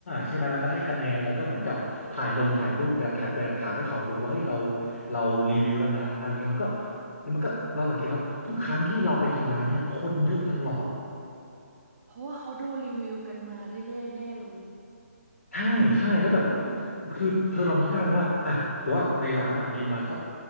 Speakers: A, on the left; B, on the right.
A: ใช่ไหมแล้วก็ให้คะแนนแล้วก็เหมือนกับถ่ายลงถ่ายรูปเป็นแคปเป็นหลักฐานให้เขาดูว่าเฮ้ยเราเรารีวิวแล้วนะอะไรเงี้ยมันก็แล้วมันก็เราสังเกตครับทุกครั้งที่เราไปกินร้านเนี่ยคนเยอะตลอด
B: เพราะว่าเขาดูรีวิวกันมาเรื่อยๆแน่เลย
A: ใช่ใช่แล้วแบบ
B: อืม
A: คือเธอลองคิดภาพนะว่าอ่ะสมมติว่าในร้านอ่ะมีประมาณสัก